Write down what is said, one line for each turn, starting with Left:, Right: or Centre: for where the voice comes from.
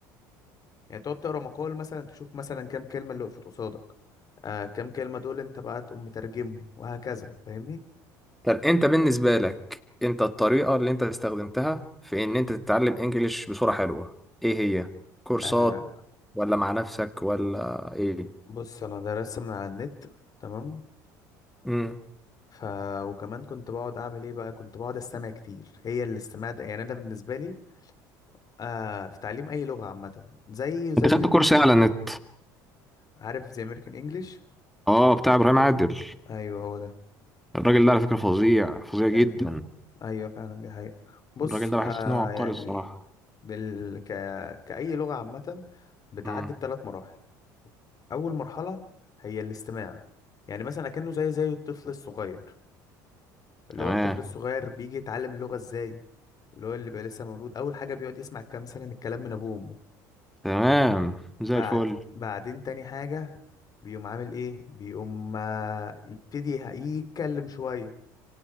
Left: يعني تقعد تقرا مقال مثلا تشوف مثلا كام كلمة اللي وقفت قصادك آه كام كلمة دول انت بقى تقوم مترجمهم وهكذا فاهمني
Centre: طب انت بالنسبه لك انت الطريقه اللي انت استخدمتها في ان انت تتعلم انجليش بصوره حلوه ايه هي كورسات
Left: انا
Centre: ولا مع نفسك ولا ايه
Left: بص انا درست من على النت تمام
Centre: امم
Left: ف وكمان كنت بقعد اعمل ايه بقى كنت بقعد استمع كتير هي الاستماع ده يعني انا بالنسبة لي آه في تعليم اي لغه عامه زي زي
Centre: انت خدت كورس ايه على النت
Left: عارف زي امريكان انجلش
Centre: اه بتاع ابراهيم عادل
Left: ايوه هو ده
Centre: الراجل ده على فكرة فظيع فظيع جدا
Left: دي ح- ايوه فعلا دي حقيقه بص
Centre: الراجل ده بحس
Left: آه
Centre: ان هو عبقري
Left: يعني
Centre: الصراحة
Left: بال... ك... كاي لغه عامه بتعدي
Centre: امم
Left: بثلاث مراحل اول مرحله هي الاستماع يعني مثلا اكنه زي زي الطفل الصغير اللي
Centre: تمام
Left: هو الطفل الصغير بيجي يتعلم اللغه ازاي اللي هو اللي بقى لسه مولود اول حاجه بيقعد يسمع كده مثلا الكلام من ابوه وامه
Centre: تمام زي
Left: بعد
Centre: الفل
Left: بعدين تاني حاجة بيقوم عامل ايه بيقوم آه، يبتدي ه- يتكلم شوية